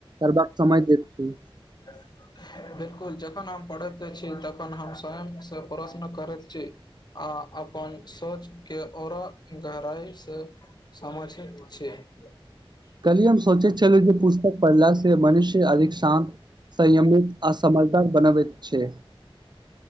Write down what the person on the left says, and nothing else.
<inaudible> बिलकुल जखन हम पढ़ैत छी तखन हम स्वयं स प्रश्न करैत छी आ अपन सोच के औरा गहराई से समझैत छी <inaudible>